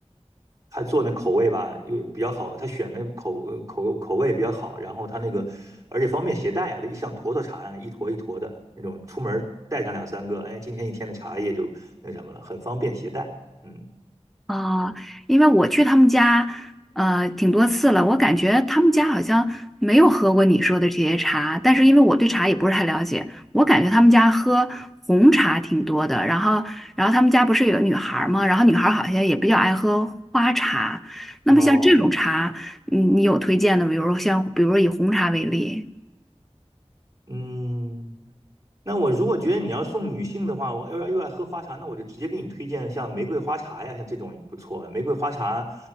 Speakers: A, on the right; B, in the centre.
A: 它做那口味吧，又比较好，它选的口口口味比较好，然后它那个而且方便携带啊，一像坨坨茶啊，一坨一坨的那种，出门儿带上两三个，哎，今天一天的茶叶就那什么了，很方便携带。嗯
B: 啊，因为我去他们家，呃，挺多次了，我感觉他们家好像没有喝过你说的这些茶，但是因为我对茶也不是太了解，我感觉他们家喝红茶挺多的，
A: 嗯，
B: 然后，然后他们家不是有女孩儿吗？然后女孩儿好像也比较爱喝花茶，那么像这种茶，
A: 哦，
B: 你你有推荐的，比如说像，比如说以红茶为例。
A: 嗯，那我如果觉得你要送女性的话，我又要又爱喝花茶，那我就直接给你推荐像玫瑰花茶呀，像这种不错啊。玫瑰花茶，